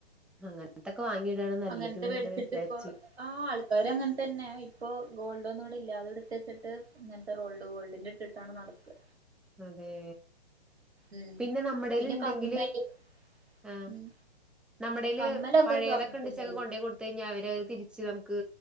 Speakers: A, in the centre; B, on the right (about 85°).
A: അങ്ങ ങ്ങൻതൊക്കെ വാങ്ങിയിടാണ് നല്ലതുന്ന്
B: അങ്ങനത്തെ മേടിച്ചിട്ട്
A: ഇങ്ങനെ വിചാരിച്ചു
B: ഇപ്പൊ ആ ആൾക്കാര് അങ്ങനെ തന്നെ ഇപ്പൊ ഗോൾഡൊന്നുംഇടില്ല അത് എടുത്തുവെച്ചിട്ട് ഇങ്ങൻ റോൾഡ് ഗോൾഡിന്റെ ഇട്ടിട്ടാണ് നടക്കാ
A: അതെ
B: ഉം
A: പിന്നെ നമ്മടെല്ണ്ടെങ്കില്
B: പിന്നെ കമ്മല്
A: ആ
B: ഉം
A: നമ്മടേല്
B: കമ്മലൊക്കെ
A: പഴേതൊക്കെ
B: സ്വർണ്ണത്തിന്റെ
A: ണ്ട്ച്ചഅത്
B: ഇടും
A: കൊണ്ടേ കൊട് ത്ത് കയ്ഞ്ഞ അവരെ തിരിച്ച് നമുക്ക്